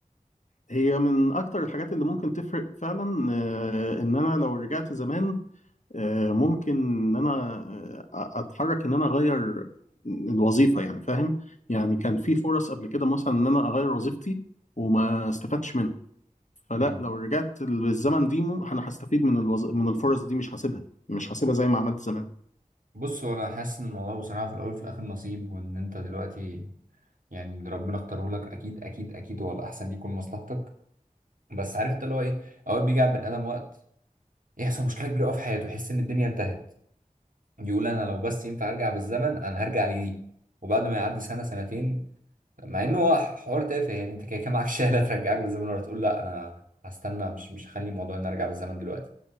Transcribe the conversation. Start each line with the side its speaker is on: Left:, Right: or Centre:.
Left: هي من اكتر الحاجات اللي ممكن تفرق فعلا آه، ان انا لو رجعت زمان آه، ممكن ان انا آه، اتحرك ان انا اغير الوظيفه يعني فاهم يعني كان في فرص قبل كده مثلا ان انا اغير وظيفتي وما استفدتش منها فلا
Right: مم.
Left: لو رجعت للزمن دي مو- انا هستفيد من الوظ... من الفرص دي مش هسيبها مش هسيبها زي ما عملت زمان
Right: بص هو انا حاسس ان الموضوع بصراحة في الاول وفي الاخر نصيب وان انت دلوقتي يعني اللي ربنا اختاره لك اكيد اكيد اكيد هو الاحسن يكون مصلحتك بس عارف انت اللي هو ايه اوقات بيجي على البني ادم وقت يحصل مشكله كبيره قوي في حياته يحس ان الدنيا انتهت يقول انا لو بس ينفع ارجع بالزمن انا هرجع لدي وبعد ما يعدي سنه سنتين مع انه هو حوار تافه يعني انت كده كان معاك <laughs> شهاده ترجعك بالزمن ولا تقول لا انا هستنى مش مش هخلي الموضوع ان ارجع بالزمن دلوقتي